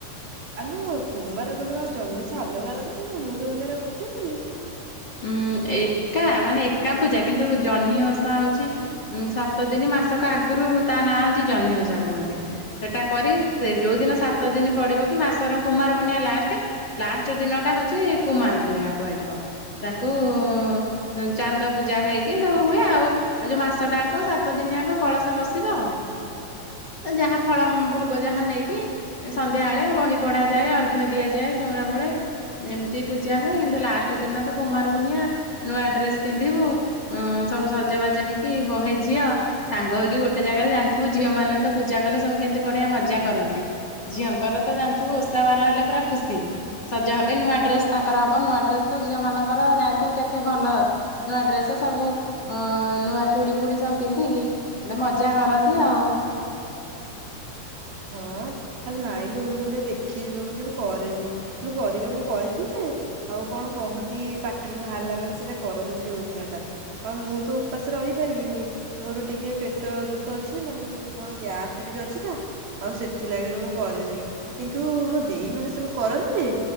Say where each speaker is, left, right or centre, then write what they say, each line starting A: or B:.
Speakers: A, on the right; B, on the left.
A: ଆଲୋ-ଓ-ଓ କୁମାର ପୂର୍ଣ୍ଣିମା ଜହିଁ ଓଷା ଅଲଗା ଅଲଗା କିଲୋ ମୁଁ ତ ଜାଣିବାରେ ଗୋଟେ କାଲି।
B: ଉଁ ଏକା ମାନେ ଏକା ପୂଜା କିନ୍ତୁ ଜହ୍ନି ଓଷା ହଉପଛି ଉଁ ସାତ ଦିନି ମାସକ ଆଗରୁ ତା ନାଁ ଅଉଓଛି ଜହ୍ନି ଉଷା କୁହନ୍ତି। ସେଇଟା କରି ସେ ଯେଉଁଦିନ ସାତ ଦିନ ପଡ଼ିବ କି ମାସର କୁମାରପୁର୍ଣିଆ ଲାଷ୍ଟେ ଲାଷ୍ଟେ ଦିନ ଟା ହଉଛି କୁମାର ପୂର୍ଣ୍ଣିମା କୁହାଯିବ ତାକୁ-ଉ-ଉ-ଉ ଚାନ୍ଦ ପୂଜା ହେଇକି ସବୁ ହୁଏ ଆଉ। ଆଉ ଯୋଉ ମାସ ଟା ଆଙ୍କ ସାତ ଦିନିଆଙ୍କ କଳସ ବସିବ। ଯାହା ଫଳ-ଅ-ଅମ୍ ଭୋଗ ଯାହା ନେଇକି ସନ୍ଧ୍ୟାଏଳିଆ ବହି ପଢା ଯାଏ, ଅର୍ଘ ଦିଆଯାଏ ଚଉରା ମୂଳେ। ଏମିତି ପୂଜା ହୁଏ କିନ୍ତୁ ଲାଷ୍ଟ ଦିନ ତ କୁମାର ପୁନିଆ ନୂଆ ଡ୍ରେସ ପିନ୍ଧିବୁ। ଅ-ଅ ସବୁ ସଜବାଜ ହେଇକି ବହେ ଝିଅ ସାଙ୍ଗ ହେଇକି ଗୋଟେ ଜାଗାରେ ଜାଣିଥିବୁ ଝିଅ ମାନେ ତ ପୂଜା କଲେ ସବୁ କେମିତି ବଢିଆ ମଜା କରନ୍ତି। ଝିଅଙ୍କର ତ ଜାଣିଥିବୁ ଓଷା ବାର ହେଲେ ପୁରା ଖୁସି। ସଜ ହେବେ ନୂଆ ଡ୍ରେସ ତାଙ୍କର ହବ, ନୂଆ ଡ୍ରେସ ତ ଝିଅ ମାନଙ୍କର ଜାଣିଥିବୁ କେତେ ଭଲ। ନୂଆ ଡ୍ରେସ ସବୁ ଅ-ଅ-ଅ ନୂଆ ଚୁଡି ଫୁଡି ସବୁ ପିନ୍ଧିକି ଏ ମଜା କରନ୍ତି ଆଉ।
A: ହଁ-ଅ-ଅ ଆ ନାଇଲୁ ମୁଁ ତା ଦେଖିଲୁ ମୁଁ କେବେ କରେନି। ମୁଁ କରିବାକୁ କହିଥିଲି ଯେ ଆଉ କଣ କହନ୍ତି-ଇ-ଇ ପାଟିରୁ ବାହାରିଲା ମାନେ ସେଟା କରନ୍ତି ସେ ଓଷା ଟା ହଁ ମୁଁ ତ ଉପାଷ ରହିପାରିବିନି ମୋର ଟିକେ ପେଟ ଦୋଷ ଅଛି ମାନେ ସେ ଯୋଉ କଣ ଗ୍ୟାସ ଟିକେ ଅଛି ତ ଆଉ ସେଥି ଲାଗି ଲୋ ମୁଁ କରେନି କିନ୍ତୁ-ଉ-ଉ ମୋ ଦେଇ ମାନେ ସବୁ କରନ୍ତି ଯେ